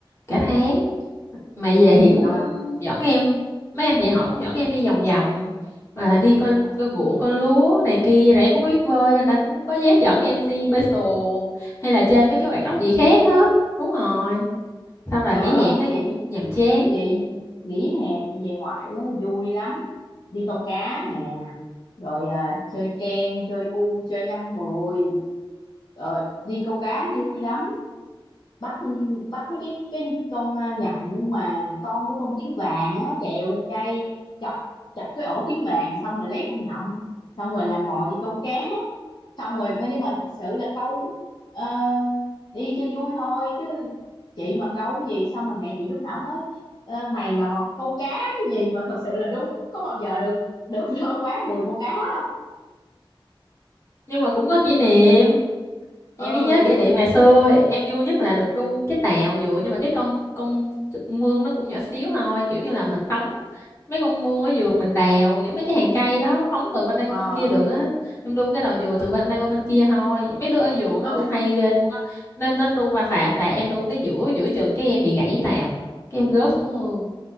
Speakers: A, on the left; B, on the left.
A: cả tháng. Mà
B: ừ,
A: về thì cũng
B: trời
A: dẫn em mấy anh chị họ cũng dẫn em đi vòng vòng à, đi coi
B: <laughs>
A: coi ruộng coi lúa này kia rồi em không có biết bơi nên đã cũng không có dám dẫn em đi bơi xuồng hay là chơi mấy cái hoạt
B: Dạ,
A: động gì khác hết. Đúng rồi. Xong là
B: Trời
A: nghỉ
B: ơi
A: hè em thấy
B: chị
A: cũng nhàm chán.
B: chị nghỉ hè chị về ngoại á, vui lắm đi câu cá nè rồi à, chơi ken chơi u chơi năm mười ờ, đi câu cá vui lắm bắt bắt mấy cái cái con à, nhộng mà con của con kiến vàng á trèo lên cây chọc chọc cái ổ kiến vàng xong rồi lấy con nhộng xong rồi làm mồi đi câu cá xong rồi nhưng mà thật sự là câu ờ, đi cho vui thôi chứ chị mà câu gì xong rồi mẹ chị lúc nào cũng nói "Ờ, mày mà một câu cá cái gì mà thật sự là đúng có bao giờ được được <laughs> quá 10 con cá đâu
A: nhưng mà cũng có kỷ niệm em
B: ơi
A: chỉ nhớ kỷ
B: nó
A: niệm ngày xưa em vui nhất là được đu cái tàu dựa nhưng mà cái con con mương nó cũng nhỏ xíu thôi kiểu như là mình phóng mấy con mương ở vườn mình đào giữa mấy cái hàng cây đó phóng từ bên đây
B: ờ
A: qua bên kia được á em đu cái đầu dừa từ bên đây qua bên kia thôi mấy đứa ở vườn nó
B: ơi
A: đu hay ghê luôn á nên nó đu qua phà phà em đu tới giữa giữa chừng cái em bị gãy tàu cái em gớt xuống mương